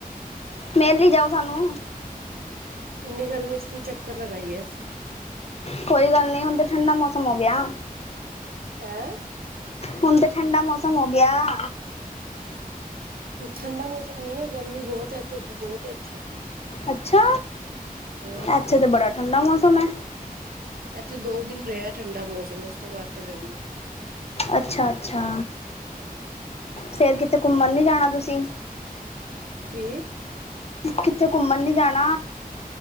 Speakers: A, on the left; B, on the right.
A: ਮਿਲ ਹੀ ਜਾਓ ਸਾਨੂੰ
B: ਇੰਨੀ ਗਰਮੀ ਚ ਕੀ ਚੱਕਰ ਲਗਾਈਏ ਹੈ ਅਸੀਂ
A: ਕੋਈ ਗੱਲ ਨਹੀਂ ਹੁਣ ਤਾਂ ਠੰਡਾ ਮੌਸਮ ਹੋ ਗਿਆ।
B: ਹੈਂ।
A: ਹੁਣ ਤਾਂ ਠੰਡਾ ਮੌਸਮ ਹੋ ਗਿਆ। <inaudible>
B: ਠੰਡਾ ਮੌਸਮ ਨੀ ਹੈ ਗਰਮੀ ਬਹੁਤ ਧੁੱਪ ਬਹੁਤ ਹੈ ਇੱਥੇ
A: ਅੱਛਾ।
B: ਹੋਰ
A: ਏਥੇ ਤੇ ਬੜਾ ਠੰਡਾ ਮੌਸਮ ਹੈ।
B: ਇੱਥੇ ਦੋ ਦਿਨ ਰਿਹਾ ਠੰਡਾ ਮੌਸਮ ਉਸ ਤੋਂ ਬਾਅਦ ਤੇ ਗਰਮੀ
A: ਅੱਛਾ ਅੱਛਾ। ਫੇਰ ਕਿਥੇ ਘੁੰਮਣ ਨੀ ਜਾਣਾ ਤੁਸੀਂ।
B: ਕੀ।
A: ਕਿਥੇ ਘੁੰਮਣ ਨੀ ਜਾਣਾ।